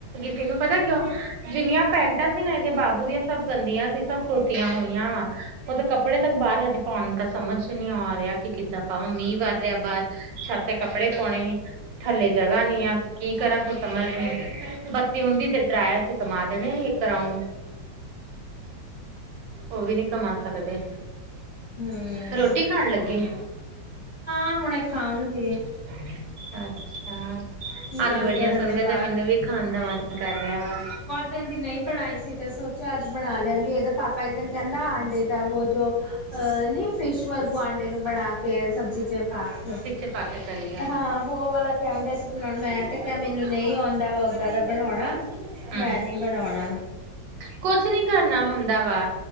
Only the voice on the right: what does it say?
ਤੈਨੂੰ ਪਤਾ ਐ ਕਿਉਂ ਜਿੰਨੀਆਂ ਪੈਂਟਾਂ ਸੀ ਨਾ ਏਦੇ ਬਾਬੂ ਦੀਆਂ ਸਭ ਗੰਦੀਆਂ ਸੀ। ਸਭ ਧੋਤੀਆਂ ਹੋਈਆਂ ਵਾ। ਏਦੇ ਕੱਪੜੇ ਤੱਕ ਬਾਰ ਹਜੇ ਪੋਣ ਤਾਂ ਸਮਝ ਨੀ ਓ ਆ ਰਿਐ ਕਿ ਕਿੱਦਾਂ ਪਾਵਾਂ ਮੀਂਅ ਵਰ ਰਿਐ ਬਾਰ। ਛੱਤ ਤੇ ਕੱਪੜੇ ਪੌਣੇ ਹੀ। ਥੱਲੇ ਜਗ੍ਹਾ ਨੀ ਆ। ਕੀ ਕਰਾਂ, ਕੋਈ ਸਮਝ ਨੀ। ਬੱਤੀ ਹੁੰਦੀ ਤੇ ਡਰਾਏਰ 'ਚ ਘਮਾ ਦੇਣੇ ਹੀ ਏੱਕ ਰਾਊਂਡ, ਓ ਵੀ ਨੀ ਘਮਾ ਸਕਦੇ।
ਰੋਟੀ ਖਾਣ ਲੱਗੇ?
<unintelligible> ਅੱਛਾ, ਆਲੂ
ਵੜੀਆਂ
ਸੋਣ
ਕੇ
ਤੇ ਮੈਨੂੰ ਵੀ ਖਾਣ ਦਾ ਮਨ ਕਰ ਰੇਆ ਵਾ।
ਤੇ ਪਾ ਕੇ ਤਰੀ
ਹੋਰ
ਕਿੰਨਾ
ਵਾ
ਹਾਲੇ
ਤਾਂ ਇੱਥੇ ਬਸ ਨੀ ਹੋਇਆ।
ਕੁਛ ਨੀ ਕਰਨਾ ਹੁੰਦਾ ਵਾ